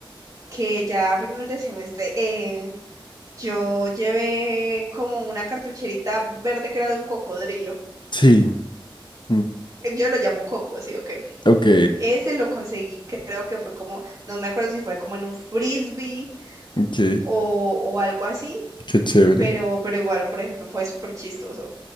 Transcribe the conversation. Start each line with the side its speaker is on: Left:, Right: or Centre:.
Right: que ya a final de semestre eh, yo llevé como una cartucherita verde que era de un cocodrilo?
Left: Sí, mm,
Right: Yo lo llamo coco, ¿sí o qué?
Left: ok,
Right: Ese lo conseguí, creo que fue como, no me acuerdo si fue como en un frisbee
Left: ok,
Right: o, o algo así,
Left: qué chévere.
Right: pero, pero igual, por ejemplo, fue súper chistoso.